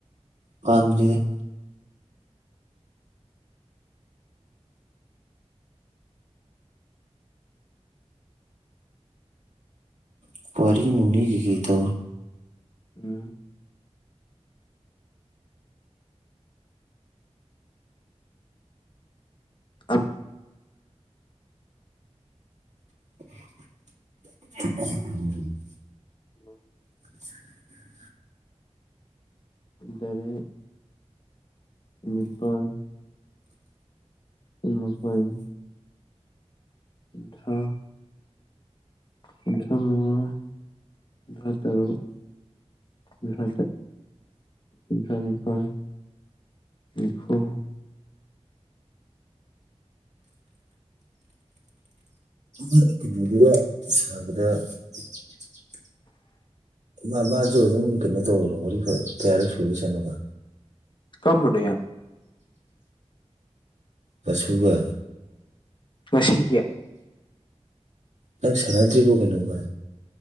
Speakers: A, on the right; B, on the left.
A: <unintelligible> ꯀ ꯄꯨꯋꯥꯔꯤꯅꯅꯤꯒꯩ ꯇꯧ
B: ꯎꯝ ꯑꯝ
A: <inaudible>
B: ꯑ
A: <inaudible>
B: ꯏꯗꯔ ꯅꯤꯄꯜ ꯑꯗꯨꯅꯈꯣꯏ ꯊ ꯄꯟꯁꯝꯃꯉꯥ ꯍꯖꯔꯣ ꯏꯐ ꯏꯐꯐꯣꯏ ꯑꫭ
A: ꯑꯩ ꯌꯨꯕꯤ ꯁꯥꯕꯗ <unintelligible> ꯃꯥ ꯃꯥꯁꯨ ꯑꯗꯨꯝ ꯀꯩꯅꯣ ꯇꯧꯕꯔꯣ ꯃꯉ ꯀꯌꯥꯔꯛ ꯁꯨꯔꯤꯁꯅꯣꯃ
B: ꯀꯔꯝꯕꯥꯅꫭ ꯌꯥꯝ
A: ꯃꯁꯨꯒ
B: ꯉꯁꯤꯒꯤ
A: ꯅꯪ ꯁꯥꯟꯗ꯭ꯔꯤꯕꯣ ꯀꯩꯅꯣꯕ